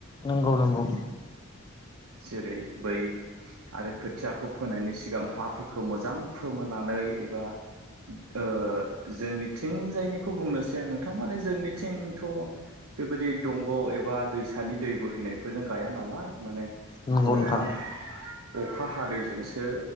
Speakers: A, on the left (about 20°); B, on the right (about 75°).
A: नंगौ नंगौ
B: जेरै बै आरो खोथियाखौ फोनायनि सिगां हा फोरखौ मोजां फोमोननानै एबा ओ जोंनि थिंजायनिखौ बुंनोसै आं नोंथां माने जोंनिथिंथ बेबायदि दंग एबा दैसानि दै बोहैनाय बेफोरजों गाया नालाय माने
A: नंगौ
B: अखा
A: नोंथां
B: अखा हादैजोंसो